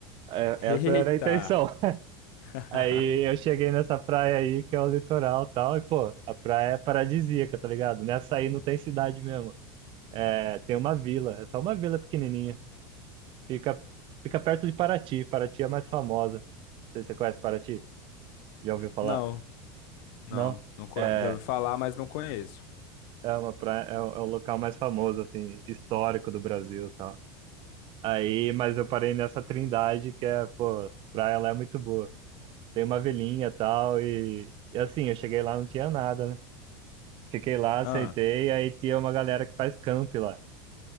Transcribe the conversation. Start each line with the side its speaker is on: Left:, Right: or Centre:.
Right: É-
Left: <laughs>
Right: Essa
Left: Eita!
Right: era a intenção.
Left: <laughs>
Right: Aí eu cheguei nessa praia aí, que é o litoral e tal, e pô, a praia é paradisíaca, tá ligado? Nessa aí não tem cidade mesmo. É, tem uma vila, é só uma vila pequenininha. Fica, fica perto de Paraty. Paraty é a mais famosa. Não sei se você conhece Paraty? Já ouviu falar?
Left: Não. Não,
Right: Não?
Left: não conhe-
Right: É,
Left: já ouvi falar, mas não conheço.
Right: é uma praia, é, o é o local mais famoso, assim, histórico do Brasil e tal. Aí, mas eu parei nessa Trindade, que é, pô, praia lá é muito boa. Tem uma vilinha e tal, e, e assim, eu cheguei lá, não tinha nada, né? Fiquei lá, aceitei,
Left: Ah,
Right: aí tinha uma galera que faz camp lá.